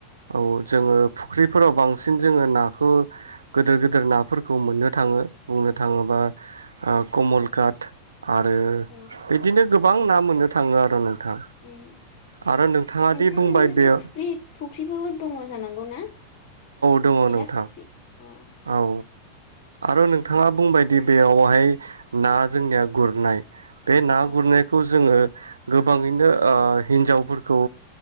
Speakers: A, on the right (about 75°); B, on the left (about 45°).
A: औ जोंङो फुख्रिफोराव बांसिन जोंङो नाखौ गोदोर-गोदोर नाफोरखौ मोननो थाङो बुंनो था थांङोबा कमलकाट आरो
B: औ
A: बिदिनो गोबां ना मोननो थांङो आरो नोंथां
B: उम
A: आरो नोंथाङा
B: नोंथांमोननिजोंथ'
A: दि बुंबाय बे औ
B: फुख्रि फुख्रिबो दंङ जानांगौ ना
A: दङ
B: बिराद
A: नोंथां
B: फुख्रि अ
A: औ आरो नोंथांङा बुंबायदि बेयावहाय ना जोंनिया गुरनाय बे ना
B: औ
A: गुरनायखौ जोंङो गोबांङैनो ओ हिन्जावफोरखौ